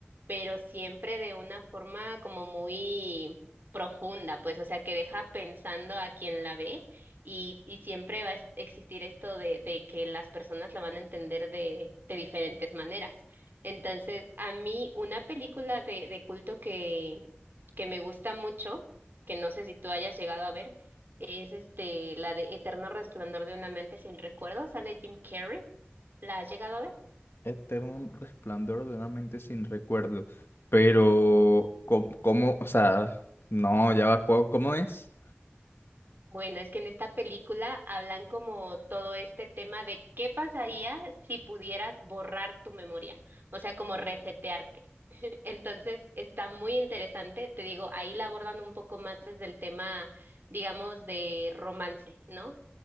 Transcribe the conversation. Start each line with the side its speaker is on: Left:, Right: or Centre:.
Right: pero siempre de una forma como muy profunda, pues, o sea, que deja pensando a quien la ve y, y siempre va a es- existir esto de, de que las personas la van a entender de, de diferentes maneras. Entonces, a mí una película de, de culto que, que me gusta mucho, que no sé si tú hayas llegado a ver, es este, la de Eterno Resplandor de una mente sin recuerdos, sale Jim Carrey. ¿La has llegado a ver?
Left: Eterno resplandor de una mente sin recuerdo. Pero, ¿cómo, cómo- o sea, no, ya va, ¿cómo, cómo es?
Right: Bueno, es que en esta película hablan como todo este tema de qué pasaría si pudieras borrar tu memoria, o sea, como resetearte. <laughs> Entonces, está muy interesante, te digo, ahí la abordan un poco más desde el tema digamos, de romance, ¿no?